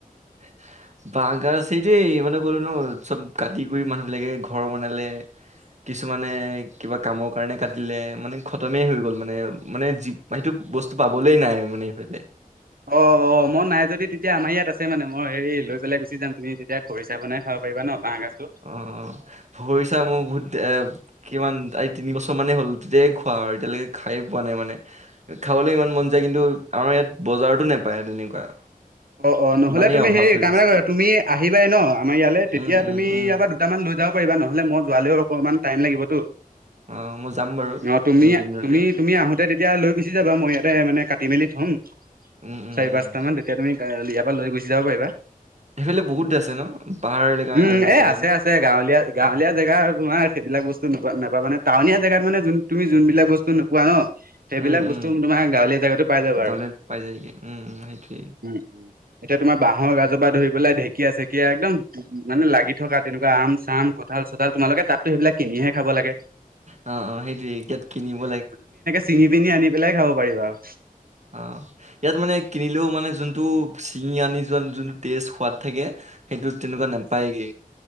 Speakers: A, on the right; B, on the right.
A: <unintelligible> বাঁহ গাজ, সেইটোৱেই মানে ক'লো ন', চব কাটি কৰি মানুহ বিলাকে ঘৰ বনালে। কিছুমানে, কিবা কামৰ কাৰণে কাটিলে, মানে খতমেই হৈ গ'ল মানে-মানে জি ম, সেইটো বস্তু পাবলেই নাই মানে এইফালে।
B: অ -অ, মই নাই যদি তেতিয়া আমাৰ ইয়াত আছে মানে, মই হেৰি লৈ পেলাই গুচি যাম, তুমি তেতিয়া খৰিচা বনাই খাব পাৰিবা ন, বাঁহ গাছটো।
A: অ- অ ভৰি চা মোৰ বহুত এ, কিমান, আ, তিনি বছৰ মানেই হ'ল, তেতিয়াই খোৱা আৰু এতিয়ালৈকে খাইয়ে পোৱা নাই মানে। খাবলৈ ইমান মন যায় কিন্তু, আমাৰ ইয়াত বজাৰতো নোপায় তেনেকুৱা।
B: অ- অ, নহ'লে
A: ইমানেই
B: তুমি
A: অভাৱ
B: হেৰি,
A: হৈ
B: কাম
A: গৈছে
B: এটা কৰিবা, তুমি আহিবাই ন, আমাৰ ইয়ালৈ, তেতিয়া
A: উম উম
B: তুমি ই-
A: উম
B: ইয়াৰ পৰা দুটামান লৈ যাব পাৰিবা, নহলে মই যোৱালৈ অকনমান টাইম লাগিবতো।
A: অ মই যাম বাৰু
B: অ, তুমি-
A: এইকেইদিনতে
B: তুমি- তুমি আহোতে তে তেতিয়া লৈ গুচি যাবা, মই ইয়াতে মানে কাটি মেলি থ'ম,
A: উম উম
B: চাৰি
A: উম
B: পাঁচটা মান, তেতিয়া তুমি ইয়াৰ পৰা লৈ গুচি যাব পাৰিবা।
A: সেইফালে বহুত আছে ন, পাহাৰ এলেকাৰ
B: উম
A: কাৰণে
B: এ
A: চাগে
B: আছে
A: ন'।
B: আছে গাঁৱলীয়া- গাঁৱলীয়া জেগা তোমাৰ সেইবিলাক বস্তু নাপাবা নহয়, মানে, টাউনীয়া জেগাত মানে যোন তুমি যোন বিলাক বস্তু নোপোৱা ন, সেইবিলাক
A: উম উম
B: বস্তু তোমাৰ গাঁৱলীয়া জেগাটো পাই যাবা
A: গাঁৱলীয়াত
B: আৰু।
A: পাই যায়গে, উম-উম সেইটোৱেই।
B: উম- উম। এতিয়া তোমাৰ বাঁহৰ গাজৰ পৰা ধৰি পেলাই, ঢেঁকীয়া-চেকীয়া, একদম মানে লাগি থকা তেনেকুৱা আম-চাম কঁঠাল- চঠাল তোমালোকে তাতো সেইবিলাক কিনিহে খাব লাগে।
A: অ, অ, সেইটোৱে ইয়াত কিনিব লাগ
B: চিঙি পিনি আনি পেলাই খাব পাৰিবা আৰু।
A: অ। ইয়াত মানে কিনিলেও মানে যোনটো চিঙি আনি যোৱা যোনটো টেষ্ট, সোৱাদ থাকে সেইটোত তেনেকুৱা নাপায়গে।